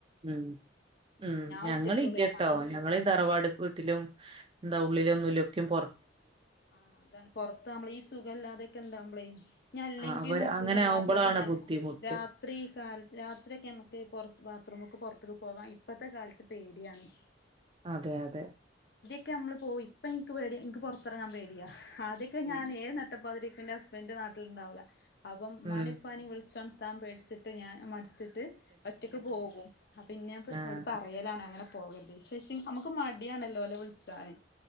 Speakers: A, on the right; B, on the left.
A: ഉം ഉം ഞങ്ങള്
B: ഒറ്റക്കുള്ളൂ
A: ഇല്ലട്ടോ
B: ഞാനും
A: ഞങ്ങളീ തറവാട് വീട്ടിലും എന്ത ഉള്ളിലൊന്നുവില്ല ഓകേം പോ
B: ആഹ് അതാണ് പുറത്താമ്ബ്ലെ ഈ സുഖ ഇല്ലതെക്കെ ഇണ്ടാവുമ്ബ്ലെ ഞ്ഞ അല്ലെങ്കിലും
A: ആഹ് അവര് അങ്ങനെ
B: സുഖല്ലാത്തത്
A: ആവുമ്പളാണ്
B: തന്നല്ല
A: ബുദ്ധിമുട്ട്
B: രാത്രിഈ കാലത്ത് രാത്രിയൊക്കെ നമുക്ക് പുറത്ത് ബാത്റൂമ് ഒക്കെ പുറത് ത്ത് പോകാൻ ഇപ്പഴത്തെ കാലത്ത് പേടിയാണ്
A: അതെ അതെ
B: ക്ക് നമ്മള് പോയി ഇപ്പ എനിക്ക് പേടിയാ നിക്ക് പുറ ത്തിറങ്ങാൻ പേടിയ ആദ്യഒക്കെ
A: ഉം
B: ഞാൻ ഏത് നട്ടപ്പാതിരക്കും എന്റെ ഹസ് ബാൻഡ് നാട്ടില് ഉണ്ടാവില്ല അപ്പം
A: ഉം
B: മാനിപ്പാനി വിളിച്ചോണ് താമ് പേടിച്ചിട്ട് ഞാൻ മടിച് വിച്ചിട്ട് ഒറ്റക്ക് പോകും പിന്നെ
A: ആഹ്
B: ഇട് പറയലാണ് അങ്ങനെ പോകരുതെന്ന് <unintelligible> നമ്മുക്ക് മടിയാണല്ലോ വിളിച്ചാന്